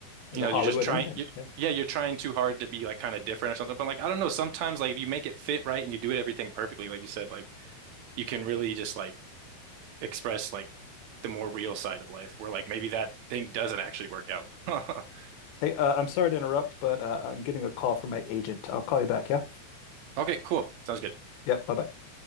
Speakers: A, on the left; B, on the right.
A: the
B: you know,
A: Hollywood
B: you're just trying,
A: ending.
B: you,
A: Yeah.
B: yeah, you're trying too hard to be like kind of different or something. But like, I don't know, sometimes like if you make it fit right and you do it everything perfectly, like you said, like you can really just like express like the more real side of life where like maybe that thing doesn't actually work out. <laughs>
A: Hey, uh, I'm sorry to interrupt, but uh, I'm getting a call from my agent. I'll call you back. Yeah.
B: Okay, cool. Sounds good.
A: Yep. Bye bye.